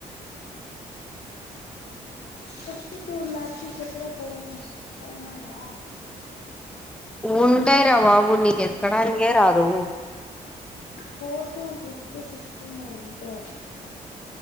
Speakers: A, on the left; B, in the centre.
A: ఫస్ట్ టూర్ ల్యాక్షస్ ఎప్పుడ పోయినా పోయినాయ రా
B: ఉంటయి రా బాబు నీకెందుకు క్కనాలకే రాదు
A: ఫోర్ టూ ఫిఫ్టీ సిక్స్టీ ఉన్నాయంటే